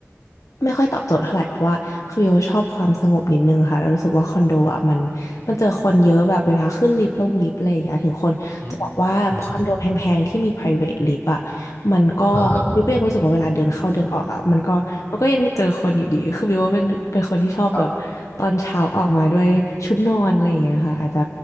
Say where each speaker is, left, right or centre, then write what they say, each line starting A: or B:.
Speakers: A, on the left (about 80°); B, on the left (about 50°).
A: ไม่ค่อยตอบโจทย์เท่าไหร่เพราะว่าคือโยชอบความสงบนิดนึงค่ะแล้วรู้สึกว่าคอนโดอ่ะมันมันเจอคนเยอะแบบเวลาขึ้นลิฟต์ลงลิฟต์อะไรอย่างเงี้ยถึงคนจะบอกว่าคอนโดแพงๆที่มี
B: อืมใช่ใช่
A: private lift อ่ะ มันก็วิวก็ยังรู้สึกว่าเวลาเดินเข้าเดินออกอ่ะมันก็มันก็ยังเจอคนอยู่ดีคือวิวว่าเป็นเป็นคนที่ชอบแบบตอนเช้าออกมาด้วยชุดนอนอะไรอย่างเงี้ยค่ะอาจจะ
B: อ่าฮะครับ